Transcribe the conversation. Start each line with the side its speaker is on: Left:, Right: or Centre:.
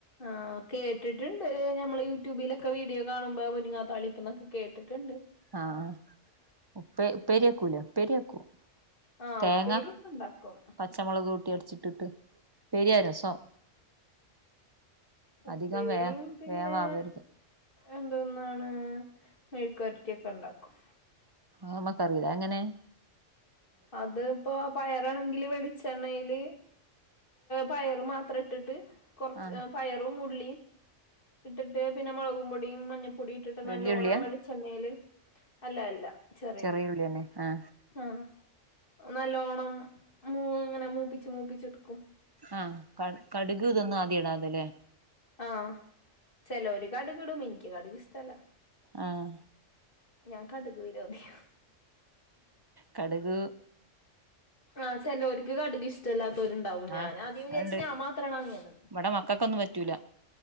Left: ആഹ് കേട്ടിട്ടിണ്ട് ഞമ്മള് യൂട്യൂബിലൊക്കെ വീഡിയോ കാണുമ്പോ മുരിങ്ങാത്തളിപ്പന്നൊക്കെ കേട്ടിട്ടിണ്ട്.
Right: ആഹ് ഉപ്പെ ഉപ്പേരിക്കൂല്ലേ ഉപ്പേരിക്കൂം.
Left: ആഹ്
Right: തേങ്ങ
Left: ഉപ്പേരിയൊക്കെ ഇണ്ടാക്കും
Right: പച്ചമുളക് കൂട്ടി അടിച്ചിട്ടിട്ട് ഉപ്പേരിയ രസം.
Left: ഉപ്പരിയും
Right: അധികം വേ
Left: പിന്നെ.
Right: വേവാവരുത്
Left: എന്തൊന്നാണ് മേഴ്ക്കരറ്റിയൊക്കെണ്ടാക്കും.
Right: ആമ്മക്കറിയിലെങ്ങനെ.
Left: അത് ഇപ്പോ പയറാണെങ്കില് വെളിച്ചെണ്ണയില്. പയറ് മാത്രം ഇട്ടിട്ട് കൊറച്ച്
Right: ആ
Left: പയറും ഉളീം. ഇട്ടിട്ട് പിന്നെ മൊളക്പൊടിം മഞ്ഞ. പൊടിയിട്ടിട്ട്
Right: വല്യ
Left: നല്ലോണാവെളിചണ്ണയില്
Right: ഉള്ളിയാ
Left: അല്ല അല്ല ചെറിയുള്ളി.
Right: ചെറിയ ഉള്ളി തന്നെ ആ
Left: ആ നല്ലോണം മൂ ഇങ്ങനെ മൂപ്പിച്ച് മൂപ്പിച്ചിട്ട് ഇടുകും.
Right: ആഹ് ക കടുക് ഇതൊന്നും ആദ്യം ഇടാതെല്ലേ.
Left: ആഹ്. ചേലോര് കടുക് ഇടും ഇനിക്ക് കടുക് ഇഷ്ടല്ല.
Right: ആഹ്.
Left: ഞാൻ കടുക് വിരോതിയ.
Right: കടുക്.
Left: ആ ചെലോർക്ക് കടുക് ഇഷ്ടല്ലാത്തോര്. ഉണ്ടാവും ഞാനാദ്യം
Right: ആഹ്
Left: വിചാരിച്ചു
Right: അത്ണ്ട്
Left: ഞാൻ മാത്രണ് അങ്ങനന്ന്.
Right: ഇവിടെ മക്കൾക്കൊന്നും പറ്റൂല